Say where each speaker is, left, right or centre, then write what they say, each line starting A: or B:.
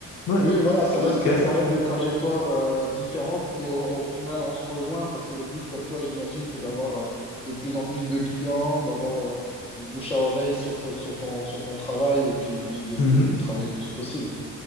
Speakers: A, on the left (about 75°); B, on the left (about 20°).
A: Ouais,
B: oui, voilà, ça reste,
A: OK.
B: ça reste des trajectoires euh, différentes, mais au, au final, on se rejoint parce que le but, comme toi, j'imagine, c'est d'avoir euh, de plus en plus de clients, d'avoir euh, du bouche à oreille sur, ton sur ton, sur ton travail et puis, puis de,
A: Mhm.
B: de, de travailler le plus possible.